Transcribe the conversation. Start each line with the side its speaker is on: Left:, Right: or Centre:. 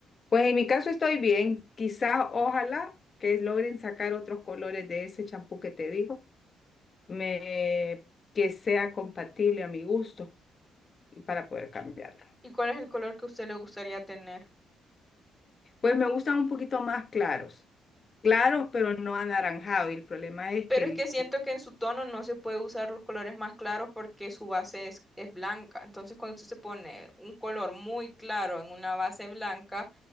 Left: Pues en mi caso estoy bien. Quizás, ojalá que logren sacar otros colores de ese champú que te digo, me, que sea compatible a mi gusto y para poder cambiarlo.
Centre: ¿Y cuál es el color que a usted le gustaría tener?
Left: Pues me gustan un poquito más claros. Claros, pero no anaranjado. Y el problema es
Centre: Pero
Left: que el-
Centre: es que siento que en su tono no se puede usar los colores más claros porque su base es, es blanca. Entonces, cuando usted se pone un color muy claro en una base blanca,